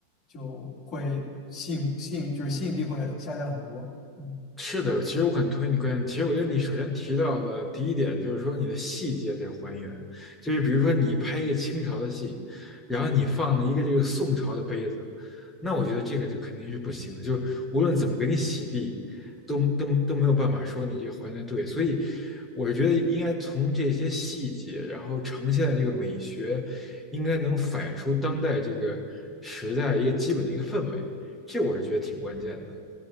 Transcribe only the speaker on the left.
就会吸引吸引，就是吸引力会下降很多。嗯。